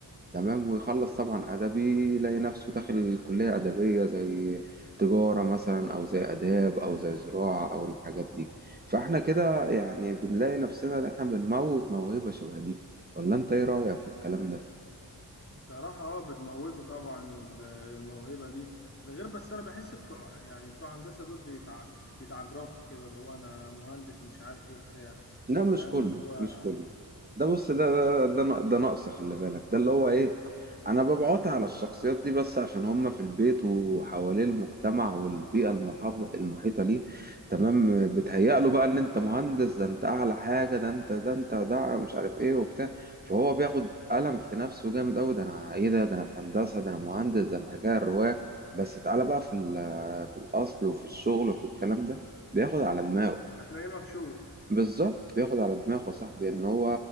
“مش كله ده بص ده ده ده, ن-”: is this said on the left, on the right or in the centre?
Right